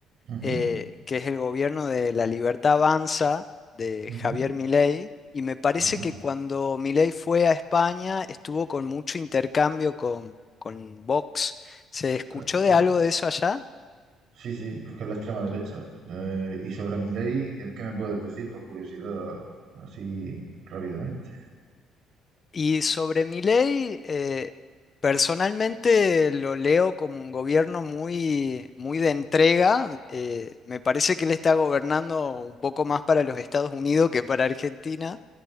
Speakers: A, on the right; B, on the left.
A: Ujú,
B: eh, que es el gobierno de La Libertad Avanza de
A: ujú,
B: Javier Milei. Y me parece
A: ajá,
B: que cuando Milei fue a España estuvo con mucho intercambio con, con Vox. ¿Se escuchó
A: claro, claro.
B: de algo de eso allá?
A: Sí, sí, porque es la extrema derecha. Eh, y sobre Milei, ¿qué, qué me puedes decir por curiosidad así rápidamente?
B: Y sobre Milei, eh, personalmente lo leo como un gobierno muy, muy de entrega. eh, me parece que él está gobernando un poco más para los Estados Unidos que para Argentina.